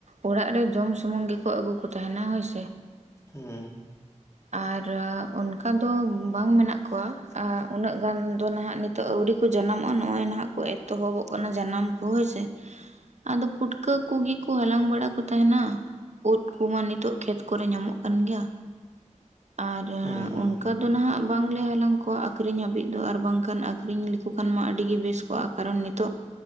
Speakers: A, on the right; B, on the left.
A: ᱚᱲᱟᱜ ᱨᱮ ᱡᱚᱢ ᱥᱩᱢᱩᱝ ᱜᱮᱠᱚ ᱟᱹᱜᱩ ᱠᱚ ᱛᱟᱦᱮᱱᱟ ᱦᱳᱭᱥᱮ᱾
B: ᱦᱩᱸ᱾
A: ᱟᱨ ᱚᱱᱠᱟ ᱫᱚ ᱵᱟᱝ ᱢᱮᱱᱟᱜ ᱠᱚᱣᱟ᱾ ᱟ ᱩᱱᱟᱹᱜ ᱜᱟᱱ ᱫᱚ ᱱᱟᱦᱟᱜ ᱱᱤᱛ ᱛᱚ ᱟᱣᱨᱤ ᱠᱚ ᱡᱟᱱᱟᱢᱚᱜᱼᱟ, ᱱᱚᱜᱼᱚᱭ ᱱᱟᱦᱟᱜ ᱠᱚ ᱮᱛᱚᱦᱚᱵᱚᱜ ᱠᱟᱱᱟ ᱡᱟᱱᱟᱢ ᱠᱚ ᱦᱳᱭ ᱥᱮ᱾ ᱟᱫᱚ ᱯᱩᱴᱠᱟᱹ ᱠᱚᱜᱮ ᱠᱚ ᱦᱟᱞᱟᱝ ᱵᱟᱲᱟ ᱠᱚ ᱛᱟᱦᱮᱸᱱᱟ᱾ ᱳᱫᱽ ᱠᱚᱢᱟ ᱱᱤᱛᱚᱜ ᱠᱷᱮᱛ ᱠᱚᱨᱮ ᱧᱟᱢᱚᱜ ᱠᱟᱱ ᱜᱮᱭᱟ ᱟᱨ
B: ᱦᱩᱸ ᱦᱩᱸ
A: ᱚᱱᱠᱟ ᱛᱟᱨ ᱫᱚ ᱱᱟᱦᱟᱜ ᱵᱟᱝᱞᱮ ᱦᱟᱞᱟᱝ ᱠᱚᱣᱟ ᱟᱹᱠᱷᱨᱤᱧ ᱦᱟᱹᱵᱤᱡ ᱫᱚ ᱟᱨ ᱵᱟᱝᱠᱷᱟᱱ ᱟᱠᱷᱨᱤᱧ ᱞᱮᱠᱚ ᱠᱷᱟᱱ ᱢᱟ ᱟᱹᱰᱤ ᱜᱮ ᱵᱮᱥ ᱠᱚᱼᱟ ᱠᱟᱨᱚᱱ ᱱᱤᱛᱚᱜ